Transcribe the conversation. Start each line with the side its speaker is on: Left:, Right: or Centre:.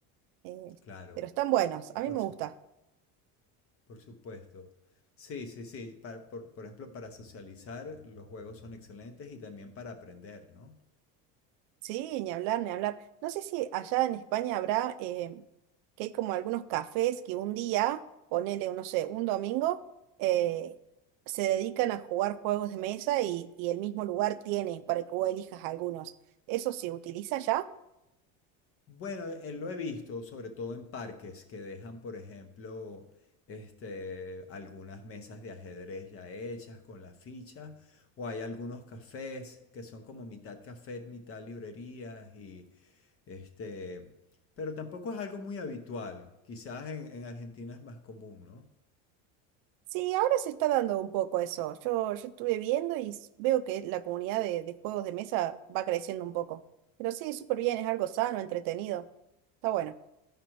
Right: Eh,
Left: claro,
Right: pero están buenos, a mí
Left: por
Right: me
Left: su-
Right: gusta.
Left: por supuesto. Sí, sí, sí, pa- por, por ejemplo, para socializar los juegos son excelentes y también para aprender, ¿no?
Right: Sí, ni hablar, ni hablar. No sé si allá en España habrá eh, que hay como algunos cafés que un día, ponele, no sé, un domingo, eh, se dedican a jugar juegos de mesa y, y el mismo lugar tiene para que vos elijas algunos. ¿Eso se utiliza ya?
Left: Bueno, eh, lo he visto, sobre todo en parques que dejan, por ejemplo, este, algunas mesas de ajedrez ya hechas con las fichas, o hay algunos cafés que son como mitad café, mitad librerías y este, pero tampoco es algo muy habitual. Quizás en, en Argentina es más común, ¿no?
Right: Sí, ahora se está dando un poco eso. Yo, yo estuve viendo y s- veo que la comunidad de, de juegos de mesa va creciendo un poco. Pero sí, súper bien, es algo sano, entretenido. Está bueno.